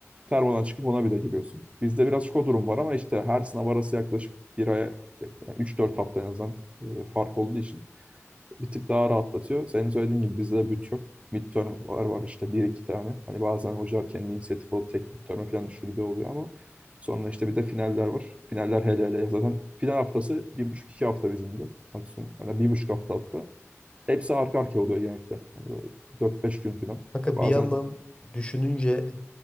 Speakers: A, on the right; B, on the left.
A: Termodan çıkıp ona bir de giriyorsun. Bizde birazcık o durum var ama işte her sınav arası yaklaşık bir aya, yani 3-4 hafta en azından e, fark olduğu için bir tık daha rahatlatıyor. Senin söylediğin gibi bizde de büt yok. Midterm'ler var işte bir iki tane. Hani bazen hocalar kendi inisiyatif alıp tek midterm'e falan düşürdüğü oluyor ama sonra işte bir de finaller var. Finaller hele hele zaten final haftası bir buçuk iki hafta bizim de maksimum. Hani bir buçuk hafta hatta. Hepsi arka arkaya oluyor genellikle. Hani böyle 4-5 gün falan.
B: Kanka
A: Bazen
B: bir yandan düşününce